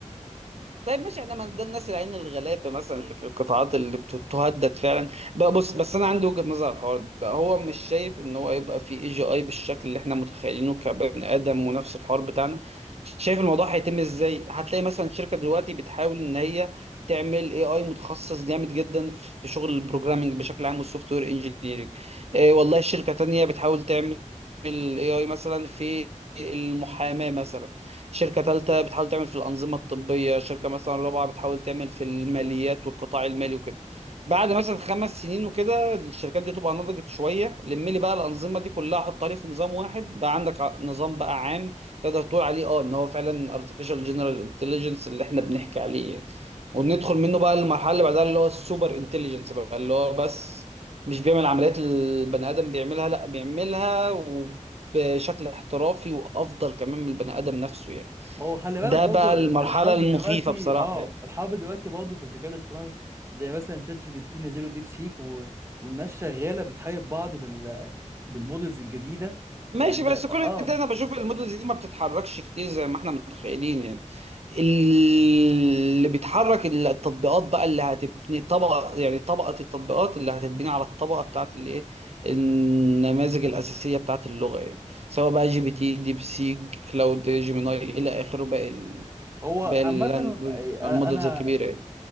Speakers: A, on the right; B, on the right.
A: طيب ماشي احنا ما ده الناس العين الغلابه مثلا اللي في القطاعات اللي بت- تهدد فعلا بقى بص بس انا عندي وجهه نظر على الحوار ده هو مش شايف ان هو يبقى في اي جي اي بالشكل اللي احنا متخيلينه كبني ادم ونفس الحوار بتاعنا شايف الموضوع هيتم ازاي هتلاقي مثلا شركه دلوقتي بتحاول ان هي تعمل اي اي متخصص جامد جدا في شغل البروجرامنج بشكل عام والسوفت وير انجينيرنج إيه والله شركه تانية بتحاول تعمل اي اي مثلا في المحاماه مثلا شركة ثالثة بتحاول تعمل في الأنظمة الطبية شركة مثلا رابعة بتحاول تعمل في الماليات والقطاع المالي وكده بعد مثلا خمس سنين وكده الشركات دي تبقى نضجت شوية لم لي بقى الأنظمة دي كلها حطها لي في نظام واحد بقى عندك ع- نظام بقى عام تقدر تقول عليه اه ان هو فعلا artificial general intelligence اللي احنا بنحكي عليه يعني وندخل منه بقى المرحلة اللي بعدها اللي هو السوبر انتليجنس بقى اللي هو بس مش بيعمل عمليات البني آدم بيعملها لا بيعملها و... بشكل احترافي وافضل كمان من البني ادم نفسه يعني
B: ما هو خلي بالك
A: ده
B: برضو
A: بقى المرحله
B: الحرب
A: المخيفه
B: دلوقتي
A: بصراحه
B: اه
A: يعني
B: الحرب دلوقتي برضو في الذكاء الاصطناعي زي مثلا شات جي بي تي نزلوا ديب سيك و... والناس شغاله بتحارب بعض بال بالمودلز الجديده
A: ماشي
B: يعني
A: بس كل
B: اه
A: ده انا بشوف المدن دي ما بتتحركش كتير زي ما احنا متخيلين يعني اللي بيتحرك التطبيقات بقى اللي هتبني طبقه يعني طبقه التطبيقات اللي هتتبني على الطبقه بتاعت الايه النماذج الاساسيه بتاعت اللغه يعني سواء بقى جي بي تي ديب سيك كلاود جيميناي الى اخره باقي ال-
B: هو
A: باقي
B: عامه
A: اللانجوج
B: انا
A: المودلز
B: انا
A: الكبيره يعني